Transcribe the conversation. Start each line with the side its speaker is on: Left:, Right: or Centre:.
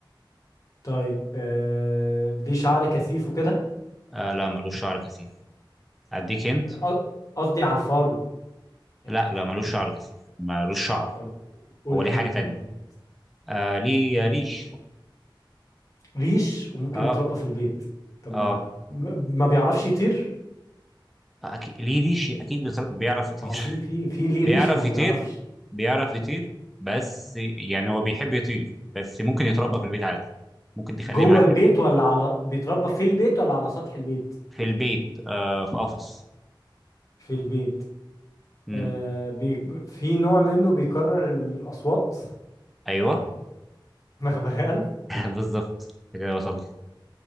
Left: طيب آه... دي شعر كثيف وكده
Centre: آه لا ملوش شعر كثيف اديك هنت
Left: أ- قصدي على الفرو يعني
Centre: لا لا ملوش شعر كثيف ملوش شعر
Left: طب قول
Centre: هو ليه
Left: هنت
Centre: حاجة تانية
Left: قول هنت
Centre: آه ليه ريش
Left: ريش وممكن
Centre: اه
Left: يتربى في البيت طب
Centre: اه
Left: ما ما بيعرفش يطير
Centre: أكيد ليه ريش أكيد بيطر- بيعرف يطير
Left: ما هو
Centre: <laughs>
Left: في في في ليه
Centre: بيعرف
Left: ريش وما
Centre: يطير
Left: بيعرفش
Centre: بيعرف يطير بس يعني هو بيحب يطير بس ممكن يتربى في البيت عادي ممكن تخليه
Left: جوه
Centre: معاك
Left: البيت
Centre: في البيت
Left: ولا على بيتربى في البيت ولا على سطح البيت
Centre: في البيت آه في قفص
Left: في البيت
Centre: امم
Left: آه بي... في نوع منه بيكرر الأصوات
Centre: ايوه
Left: <laughs> مغبغان
Centre: <laughs> بالظبط أنت كده وصلت